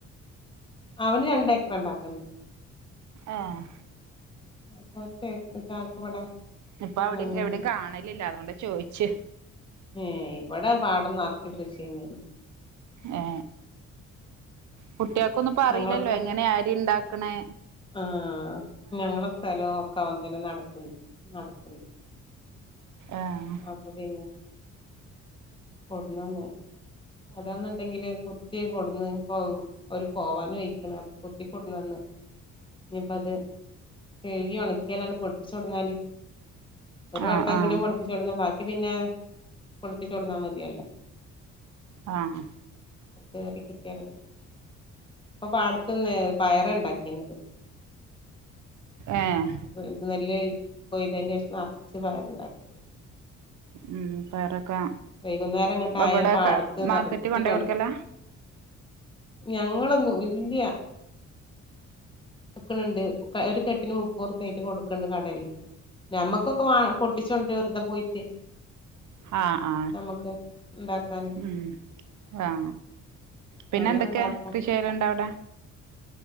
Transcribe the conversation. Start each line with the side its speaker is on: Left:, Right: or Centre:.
Left: അവന് രണ്ടേക്കറ ഇണ്ടാക്കണ്ട്
Right: ആഹ്
Left: <unintelligible>
Right: ഇപ്പൊ
Left: കൊടുന്നന്നീന്
Right: അവിടിം എവടിം കാണലില്ല അതുകൊണ്ട് ചോയിച്ച്
Left: ഏ ഇവിടെ പാടം നറച്ച് കൃഷിയന്നെയാണ്
Right: ഏ കുട്ട്യാക്കൊന്നുപ്പാറിയിലല്ലോ
Left: ഞങ്ങളെ സ്ഥ
Right: എങ്ങനെ അരി ഇണ്ടാ ക്കണെ
Left: ആഹ് ഞങ്ങള സ്ഥലോക്കെ അവൻ തന്നെ നടത്ത്ണ് നടത്ത്ണ്ട്
Right: ആഹ്
Left: അപ്പൊ പിന്നെ കൊടന്നന്ന് അതാന്നുണ്ടെങ്കില് കുത്തി കൊടുന്ന് ഔ ഒരു പോവാനു ആയിക്കണ അപ്പൊ കുത്തി കൊടുന്നന്ന് ഇനിപ്പത് കഴുകി ഉണക്കിയാലാണ് പൊടിപ്പിചൊട്ന്നാല് ഒരു വട്ടെങ്കിലും
Right: ആഹ് ആഹ്
Left: വെട് കൊടുന്ന് ബാക്കി പിന്നെ പൊടുപ്പിച്ചൊടന്നാ മതിയല്ലോ
Right: ആഹ്
Left: ചേറി കിട്ടിയാല് പ്പൊ പാട ത്ത്ന്ന് പയറെണ്ടാക്കിന്നത്
Right: ഏഹ്
Left: എന്ത് നെല്ലേയ് കൊയ്തേന്റെശം നറച്ച് പയറ്ണ്ടാക്കി <inaudible>
Right: ഉം പായറൊക്കെ
Left: വൈകുന്നേരം അങ്ങട്ടായ
Right: ഇവടെ
Left: പാടത്ത്
Right: ക മാർക്കറ്റി
Left: നിറച്ച്
Right: കൊണ്ടയി കൊടുക്കല
Left: ഞങ്ങളൊന്നു ഇല്യ കൊടുക്ക്‌ണ് ണ്ട് ഒരു കെട്ടിന് മുപ്പറുപ്പായിറ്റ് കൊടുക്കണ്ട് കടേല് ഞമ്മക്ക് ക്കൊക്കെ പൊട്ടിച്ചുകൊണ്ടരാര്ക്കും പോയിട്ട്
Right: ആ ആ
Left: ഞമ്മക്ക് ഉണ്ടാക്കാന്
Right: മ് ആ പിന്നെന്തൊക്കെ
Left: അങ്ങനെ ഉണ്ടാക്കും
Right: കൃഷികള് ഇണ്ടവിടെ